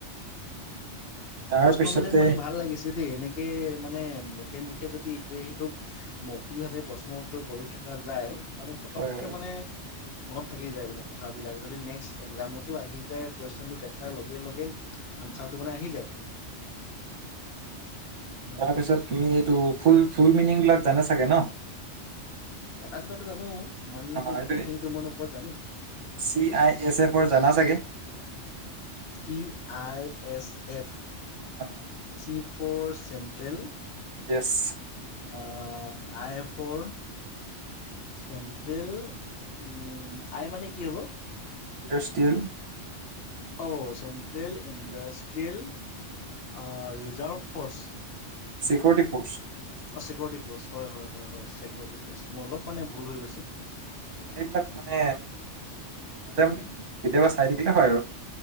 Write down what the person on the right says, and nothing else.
তাৰপিছতে
হয় হয় হয়।
<inaudible>
তাৰপিছত তুমি এইটো ফুল ফুল মিনিংবিলাক জানে চাগে ন।
অ
এইটো
চি আই এছ এফৰ জানা চাগে
অ
য়েছ।
ইণ্ডাষ্ট্ৰীয়েল।
Security force.
সেইবিলাক মানে মাজে- মাজে কেতিয়াবা চাই থাকিলে হয় আৰু।